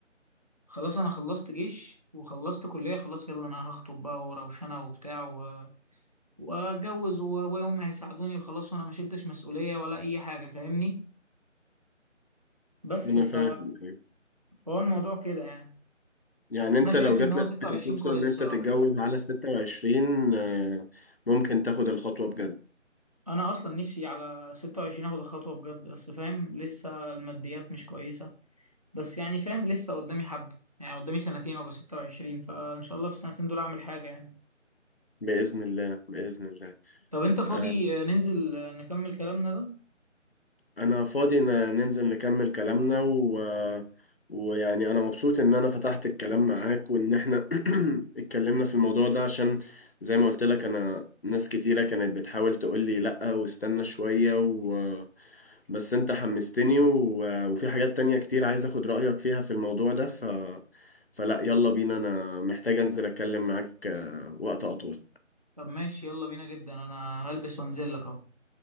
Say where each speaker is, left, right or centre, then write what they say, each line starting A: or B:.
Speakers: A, on the right (about 30°); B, on the left (about 50°).
A: خلاص انا خلصت جيش وخلصت كلية خلاص يلا انا هخطب بقى وروشنة وبتاع و... واتجوز وابويا وامي هيساعدوني وخلاص وانا ما شلتش مسؤولية ولا اي حاجة فاهمني بس
B: أنا
A: ف
B: فاهم أيوة.
A: فهو الموضوع كده يعني
B: يعني أنت
A: انا شايف
B: لو جات
A: ان هو
B: لك
A: 26
B: الفرصة
A: كويس
B: إن
A: بصراحة
B: أنت تتجوز على الستة وعشرين آه، ممكن تاخد الخطوة بجد
A: انا اصلا نفسي على 26 اخد الخطوه بجد بس فاهم لسه الماديات مش كويسه بس يعني فاهم لسه قدامي حبه يعني قدامي سنتين وابقى 26 فان شاء الله في السنتين دول اعمل حاجه يعني
B: بإذن الله بإذن الله
A: طب انت فاضي
B: آه،
A: آه، ننزل آه، نكمل كلامنا ده
B: انا فاضي ن- ننزل نكمل كلامنا و... ويعني انا مبسوط ان انا فتحت الكلام معاك وان احنا <clears throat> اتكلمنا في الموضوع ده عشان زي ما قلت لك انا ناس كتيرة كانت بتحاول تقول لي لا واستنى شوية و... بس انت حمستني و... وفي حاجات تانية كتير عايز اخد رأيك فيها في الموضوع ده ف... فلا يلا بينا انا محتاج انزل اتكلم معاك آه، وقت اطول
A: طب ماشي يلا بينا جدا انا هلبس وانزل لك اهو